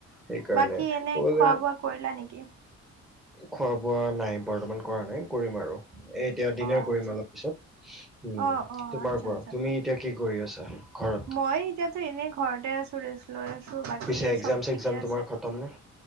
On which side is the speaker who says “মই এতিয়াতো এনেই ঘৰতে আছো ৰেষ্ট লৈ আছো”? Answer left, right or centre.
Right